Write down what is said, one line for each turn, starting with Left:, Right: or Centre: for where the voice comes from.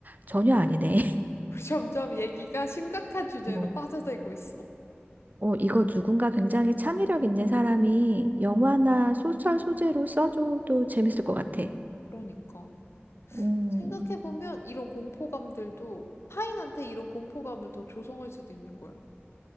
Right: 전혀 아니네.
Left: 우리 <laughs> 점점 얘기가 심각한 주제로
Right: <laughs>
Left: 빠져들고 있어.
Right: 어, 이거 누군가 굉장히 창의력 있는 사람이 영화나
Left: 음,
Right: 소설 소재로 써줘도 재밌을 것 같아.
Left: 그러니까
Right: 음,
Left: 생각해보면 이런 공포감들도 타인한테 이런 공포감을 더 조성할 수도 있는 거야.